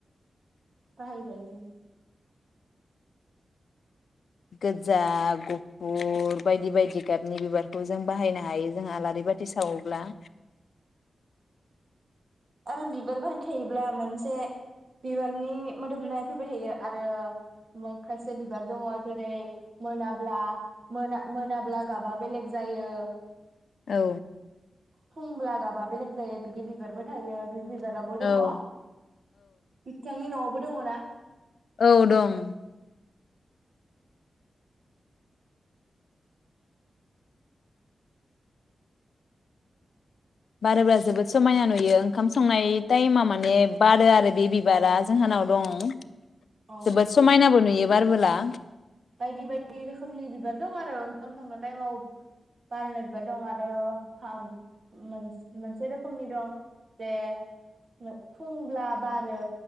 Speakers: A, on the right (about 50°); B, on the left (about 75°).
A: बाहाय जायो।
B: गोजा गुफुर बायदि बायदि गाबनि बिबारखौ जों बाहायनो हायो जों आलारि बाथि सावोब्ला।
A: आरो बिबार बारि थायोब्ला मोनसे बिबारनि मोदोमनाय फैबाय थायो आरो मो खायसे बिबार दङ' जेरै मोनाब्ला मोना मोनाब्ला गाबा बेलेग जायो।
B: औ
A: फुंब्ला जाबा बेलेग जायो बिदि बिबारबोर <unintelligible> बे बिबाराबो
B: औ
A: दङ बिथांनि न'आव मोदोमो ना
B: औ दं बारोब्ला जोबोद समायना नुयो ओंखाम संनाय टाइमाव माने बारो आरो बे बिबारा जोंहानाव दं।
A: औ
B: जोबोद समायनाबो नुयो। बारबोला
A: बायदि बायदि रोखोमनि बिबार दं आरो ओंखाम संनाय टाइमाव बारनाय बिबार दं आरो खाम मोनस-मोनसे रोखोमनि दं जे मोन-फुंब्ला बारो।